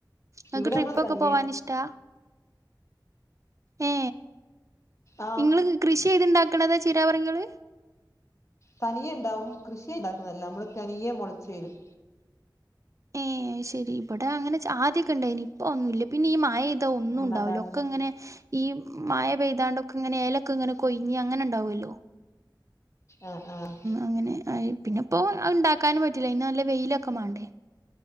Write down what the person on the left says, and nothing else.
ഇവിടെ
നമ്മള് തനിയെ
ആ
തനിയെണ്ടാവും. കൃഷിയായ്ണ്ടാക്കുന്നതല്ല മ്മള് തനിയെ മൊളച്ചു വരും
നമ്മൾ
നടാണൻ
ആഹ് ആഹ്